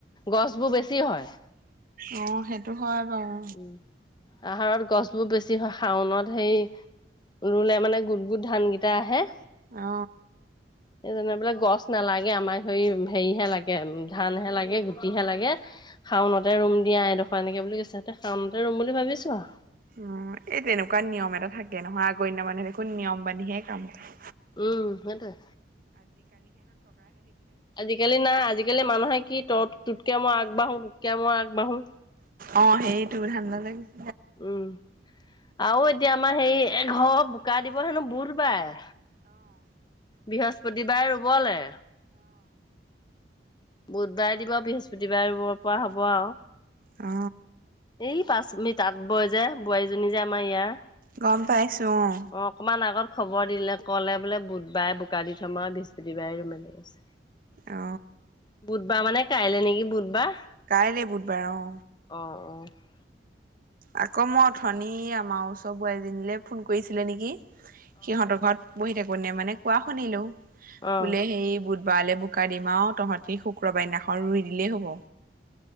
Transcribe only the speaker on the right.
অ সেইটো হয় বাৰু।
অ।
উম এই তেনেকুৱা নিয়ম এটা থাকে নহয় আগৰ দিনৰ মানুহে দেখোন নিয়ম মানিহে কাম কৰে।
অ সেইটো ধান্দালে গৈছে।
অ।
গম পাইছো অ।
অ।
কাইলে বুধবাৰ অ।
আক মই অথনি আমাৰ ওচৰৰ বোৱাৰীজনীলে ফোন কৰিছিলে নিকি? সিহঁতৰ ঘৰত বঢ়ি থাকোতে মানে কোৱা শুনিলো
বোলে সেই বুধ বাৰলে বোকা দিমা আও তহঁতি শুক্ৰবাৰৰ দিনাখন ৰুই দিলেই হ'ব।